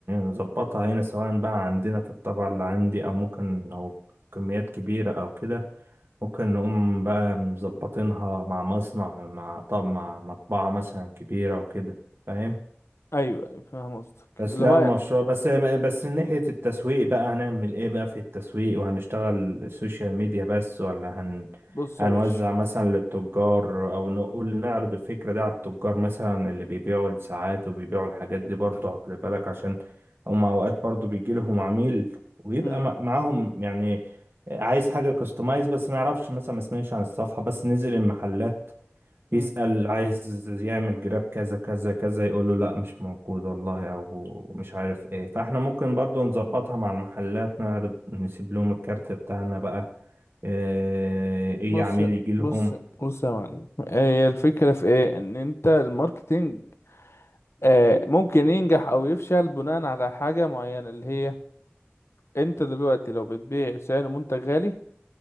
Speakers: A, on the right; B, on the left.
A: نظبطها هنا سواء بقى عندنا في الطبعة اللي عندي او ممكن لو كميات كبيرة او كده ممكن نقوم بقى مظبطينها مع مصنع مع طب مع مطبعة مثلا كبيرة وكده فاهم
B: ايوه أيوة، فاهم قصدك
A: بس
B: اللي
A: لا
B: هو
A: مشروع بس بس من ناحية التسويق بقى هنعمل ايه بقى في التسويق وهنشتغل سوشيال ميديا بس ولا هن
B: بص
A: هنوزع
B: يا باشا
A: مثلا للتجار او نقول نعرض الفكرة دي على التجار مثلا اللي بيبيعوا الساعات وبيبيعوا الحاجات دي برضه خلي بالك عشان هم اوقات برضه بيجي لهم عميل ويبقى
B: مم.
A: مع- معاهم يعني عايز حاجة كاستمايز بس ما يعرفش مثلا ما سمعش عن الصفحة بس نزل المحلات
B: مم.
A: بيسأل عايز يعمل جراب كذا كذا كذا يقول له لا مش موجود والله او مش عارف ايه فاحنا ممكن برضو نظبطها مع المحلات نعرض نسيب لهم الكارت بتاعنا بقى ايه إيه
B: بص
A: عميل يجي لهم
B: بص بص يا معلم هي الفكرة في ايه ان انت الماركتينج آه ممكن ينجح او يفشل بناء على حاجة معينة اللي هي انت دلوقتي لو بتبيع سعر منتج غالي